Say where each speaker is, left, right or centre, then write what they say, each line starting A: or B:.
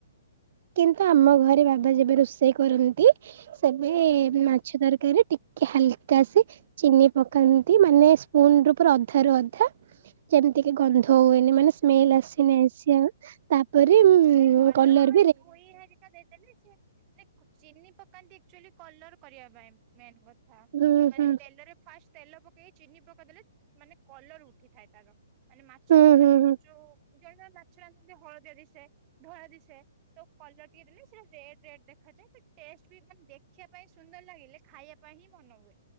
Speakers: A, on the right; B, on the right.
A: କିନ୍ତୁ ଆମ ଘରେ ବାବା ଯେବେ ରୋଷେଇ କରନ୍ତି ସେବେ
B: ହଁ
A: ମା ଛ ତରକାରୀ ଟିକେ ହାଲକା ସେ ଚିନି ପକାନ୍ତି ମାନେ ସ୍ପୁନରୁ ପୁରା ଅଧାରୁ ଅଧା। ଯେମିତିକି ଗନ୍ଧ ହୁଏନି ମାନେ
B: ଆଚ୍ଛା
A: ସ୍ମେଲ
B: ଆଚ୍ଛା।
A: ଆସେନି ଆଇଁଷିଆ ତାପରେ ଉଁ
B: ନାଇଁ ଭଲ
A: କଲର୍
B: ଭାବରେ ଧୋଇ ହରିକା ଦେଇଦେଲେ ସେ ଚିନି ପକାନ୍ତି ଆକ୍କଚୁଏଲି କଲର୍ କରିବା ପାଇଁ ମେନ କଥା
A: ହୁଁ
B: ମାନେ
A: ହୁଁ
B: ତେଲରେ ଫାଷ୍ଟ ତେଲ ପକେଇକି ଚିନି ପକେଇଦେଲେ ମାନେ କଲର୍ ଉଠିଥାଏ ତାର। ମାନେ ମାଛର
A: ହୁଁ
B: ମାନେ
A: ହୁଁ ହୁଁ।
B: ଯୋଉ ଜଣେ ଜଣେ ମାଛ ରାନ୍ଧନ୍ତି ହଳଦିଆ ଦିଶେ ଧଳା ଦିଶେ ତା କଲର୍ ଟିକେ ଦେଲେ ସେ ରେଡ୍ ରେଡ୍ ଦେଖାଯାଏ ତା ଟେଷ୍ଟ ବି ମାନେ ଦେଖିବା ପାଇଁ ସୁନ୍ଦର ଲାଗିଲେ ଖାଇବା ଖାଇବା ପାଇଁ ହିଁ ମନ ହୁଏ।